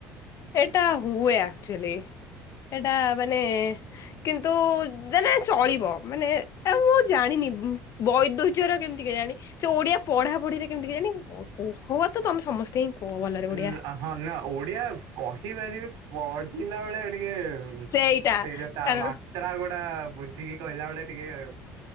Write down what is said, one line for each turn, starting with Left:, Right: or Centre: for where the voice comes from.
Left: ଏଟା ହୁଏ ଆକ୍ଚୁଆଲି । ଏଇଟା ମାନେ କିନ୍ତୁ ଦେନେ ଚଳିବ ମାନେ ଆ ମୁଁ ଜାଣିନି ବୈଦ୍ୟ ଉଚ୍ଚାର କେମିତି କେ ଜାଣି ସେ ଓଡ଼ିଆ ପଢ଼ା ପଢ଼ିରେ କେମିତି କେଜାଣି ହୁଏତ ତମେ ସମସ୍ତେ କୁହ ଭଲରେ ଓଡିଆ
Right: ଉ ହଁ ନା ଓଡ଼ିଆ କହିପାରିବି ପଢ଼ିଲା ବେଳେ ଟିକେ
Left: ସେଇଟା
Right: ସେ ଯୋଉ ତା
Left: କାରଣ
Right: ମାତ୍ରା ଗୋଡ଼ା ବୁଝିକି କହିଲା ବେଳେ ଟିକେ